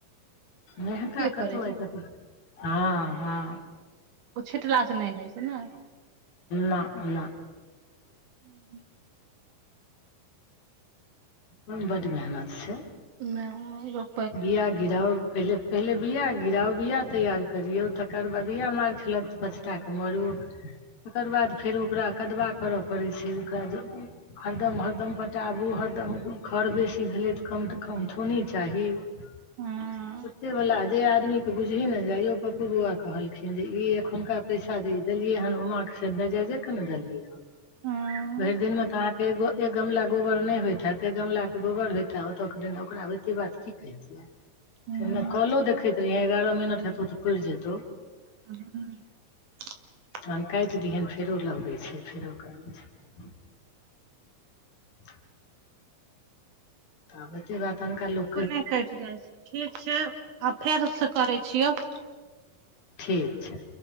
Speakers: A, on the left (about 80°); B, on the right (about 60°).
A: मेहका कतौ
B: पड़ै छै
A: आयत तऽ हँ-हँ
B: ओ छीटलासँ नहि होइ छै ने।
A: ना ना
B: <inaudible>
A: ओहिमे बड़ मेहनत छै
B: <unintelligible>
A: बिआ गिराउ पहिले-पहिले बआ गिराउ। बआ तैयार करिऔ, तकर बाद बीआ मारि देल जाइ छै पचटाके मारू
B: <inaudible>
A: तकर बाद फेर ओकरा कदवा करय पड़ैत छै। ओकरा जे हरदम-हरदम पटाबू। हरदम खर बेसी भेलै तऽ कम-से-कम थोड़े तऽ चाही किछु
B: हूँ
A: भला जे आदमी तऽ बुझिहे ने पप्पू बौआ कहलखिन जे ई एखुनका पैसा देलिअनि, ओहिसँ नजरि
B: हूँ
A: भर दिनमे फेर एक गमला गोबर नहि होइत तऽ एक गमलाके गोबर होतै हँ, ओतऽ देना, ओकरा होइतै। बात कहै छै
B: हूँ
A: हम कलो देखैत रहियै एगारह मिनट हेतौ तऽ पूरि जेतौ
B: <inaudible>
A: तहन काटि दहन फेरो लगबै छै फेरो करै छै <inaudible> तबत अनका लोग
B: अपने कटि जाइ ठीक छै आ फेर से करै छियौ
A: ठीक छै